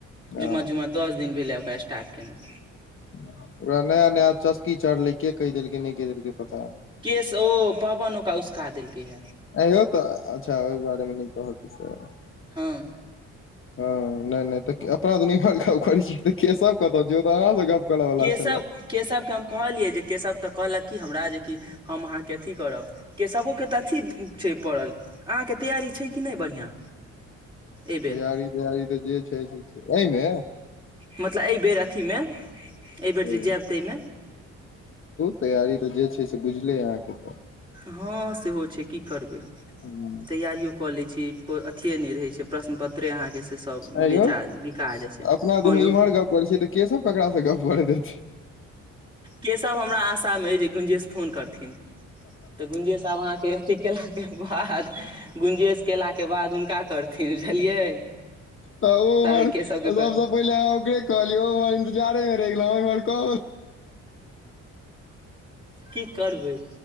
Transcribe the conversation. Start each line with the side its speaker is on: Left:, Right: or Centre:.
Left: हँ
Right: जुम्मा जुम्म दश दिन भेलै ओकरा स्टार्ट केना
Left: ओकरा नया नया चस्की चढ़लै के कहि देलकै नहि कहि देलकै पता
Right: केश ओ पवन ओकरा उसका देलकै
Left: यौ तऽ अच्छा ओहि बारेमे न कह कि से
Right: हँ
Left: हँ नहि नहि तऽ अपना तऽ निमहर गप कर छी के कतसँ गप करऽ वाला
Right: केशव
Left: छले
Right: केशव के हम कहलियै जे केशव केऽ कहलक की हमरा जे कि हम अहाँके अथी करब केशवोके तऽ अथी छै पड़ल अहाँके तैयारी छै कि नहि बढ़िआँ एहिबेर
Left: तैयारी तैयारी तऽ जे छै से एहिमे
Right: मतलब एहिबेर अथीमे एहिबेर
Left: सहीमे
Right: जे जायब ताहिमे
Left: तैयारी तऽ जे छै से बुझले अहाँके
Right: हँ सेहो छै की करबै
Left: ह
Right: तैयारियो कऽ लै छी कोइ अथिये नहि रहै छै प्रश्न पत्रे अहाँके से सब
Left: आंय
Right: बेचा
Left: यौ
Right: बिका जाइ छै
Left: अपना
Right: हँ
Left: दुनू
Right: यौ
Left: इम्हर गप करै छियै तऽ के सब केकरासँ गप करै रहै
Right: केशव हमरा आशामे अछि जे गुंजेश फोन करथिन तऽ गुंजेश वहा के अथी केलाक के बाद गुंजेश केलाके बाद हुनका करथिन बुझलियै
Left: तऽ ओ
Right: ताबे
Left: मर
Right: केशवके
Left: सबसँ पहिले ओकरे कहलिय ओ बारे मेरे गला <unintelligible> मी मड़को
Right: की करबै